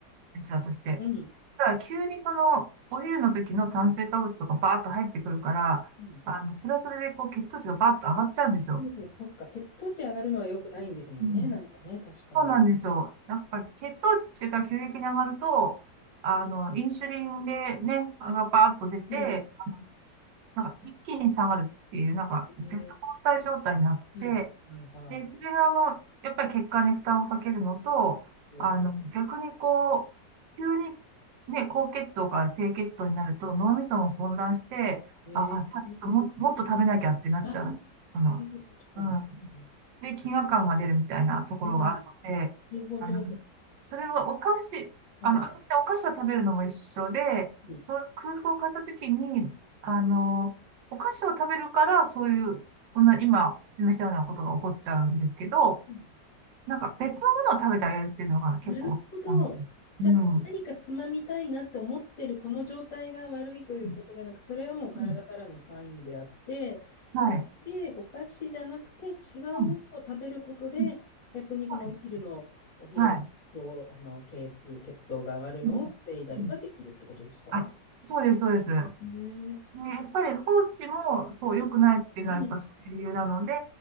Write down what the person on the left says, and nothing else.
うん。うん。
うん。
もうそっか、血糖値上がるのは良くないんですもんね。
なんかね、確かに。
うん。
ええはいはいはいは
い。
ええ
ああー、そういうことなんですね。
うん。なるほど。
うん。
う
ん
なるほど。じゃあ、
何かつまみたいなって思ってるこの状態が悪いということでなく、
それはもう体からのサインであって、
それでお菓子じゃなくて違うものを食べることで、
逆にそのお昼の、
お昼の、
こう、あの、血圧、血糖が上がるのを防いだりができるってことですか
ね
え。うん